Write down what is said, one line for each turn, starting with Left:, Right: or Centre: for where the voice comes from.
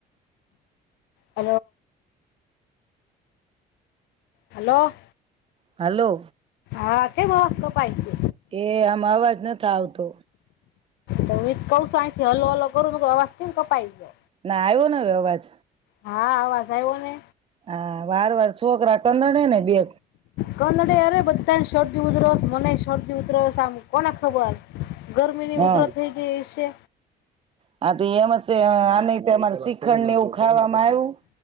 Left: હ. હલો.
Right: હલો.
Left: હા કેમ અવાજ કપાય છે.
Right: એ આમ અવાજ નથ આવતો.
Left: તો કવશું હલો હલો કરું ને આવાસ કેમ કપાય છે.
Right: ના આવ્યો ન હવે અવાજ.
Left: હા અવાજ આવ્યો ને.
Right: હા. વાર વાર છોકરા ટંનન ને બે
Left: કનડ અરે બધાને શરદી ઉઘરસ મને શરદી ઉતરસ સા કોને ખબર ગરમીની
Right: વાર
Left: ઉતરસ થઈ ગઈ હશે.
Right: હા તો એમ છે આને એમાર શ્રીખંડ ને એવું ખાવામાં આવ્યું